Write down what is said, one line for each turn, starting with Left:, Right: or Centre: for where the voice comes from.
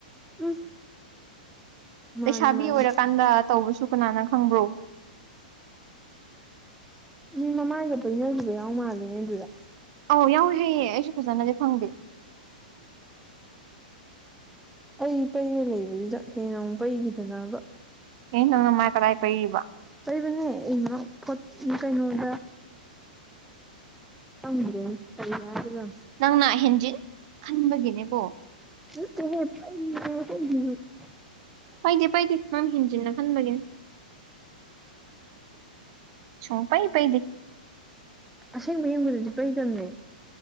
Centre: ꯎꯝ ꯃꯥꯅꯦ
Right: ꯂꯩꯁꯥꯕꯤ
Centre: ꯃꯥꯅꯦ
Right: ꯑꯣꯏꯔꯀꯥꯟꯗ ꯇꯧꯕꯁꯨ ꯀꯅꯥꯅ ꯈꯪꯕ꯭ꯔꯣ
Centre: ꯃꯤ ꯃꯃꯥꯏꯒ ꯄꯣꯏꯅꯈꯤꯕ ꯌꯥꯎ ꯃꯥꯜꯂꯦꯅꯦ ꯑꯗꯨꯗ
Right: ꯑꯧ ꯌꯥꯎꯋꯤ ꯍꯩꯌꯦ ꯑꯩꯁꯨ ꯐꯖꯅꯗꯤ ꯐꯪꯗꯦ
Centre: ꯑꯩ ꯄꯩꯔ ꯂꯩꯕꯁꯤꯗ ꯍꯦꯟꯅ ꯑꯃꯨꯛ ꯄꯩꯈꯤꯗꯅꯕ
Right: ꯌꯦ ꯇꯣ ꯃꯥꯏ ꯀꯥꯏ ꯄꯩꯕ
Centre: ꯂꯩꯕꯅꯦ ꯑꯩꯅꯣꯠ ꯀꯩꯅꯣꯗ ꯍꯪꯦ ꯌꯥ꯭ꯔ
Right: ꯅꯪꯅ ꯍꯦꯟꯖꯤꯟ ꯈꯟꯕꯒꯤꯅꯦꯀꯣ
Centre: ꯊꯨ
Right: ꯄꯥꯏꯗꯦ ꯄꯥꯏꯗꯦ ꯅꯪ ꯍꯦꯟꯖꯤꯟꯅ ꯈꯟꯕꯒꯤꯅꯤ ꯁꯣꯡꯄꯩ ꯄꯩꯗꯤ
Centre: ꯑꯁꯦꯡꯕ ꯌꯦꯡꯕꯗꯗꯤ ꯀꯩꯗꯝꯅꯦ